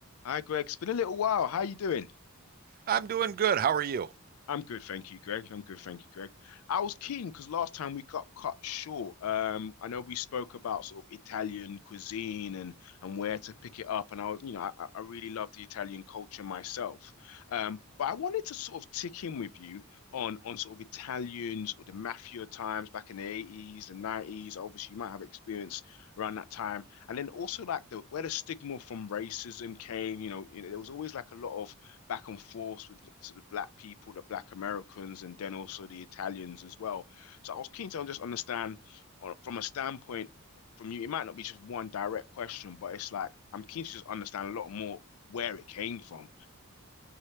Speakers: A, on the left (about 75°); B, on the right (about 40°).
A: Hi, Greg. It's been a little while. How you doing?
B: I'm doing good. How are you?
A: I'm good, thank you, Greg. I'm good, thank you, Greg. I was keen because last time we got cut short. Um, I know we spoke about sort of Italian cuisine and and where to pick it up, and I was, you know, I, I really love the Italian culture myself. Um, but I wanted to sort of tick in with you on on sort of Italians or the mafia times back in the 80s and 90s. Obviously, you might have experience around that time, and then also like the where the stigma from racism came. You know, you know, there was always like a lot of back and forth with sort of black people, the black Americans, and then also the Italians as well. So I was keen to just understand uh, from a standpoint from you, it might not be just one direct question, but it's like I'm keen to just understand a lot more where it came from.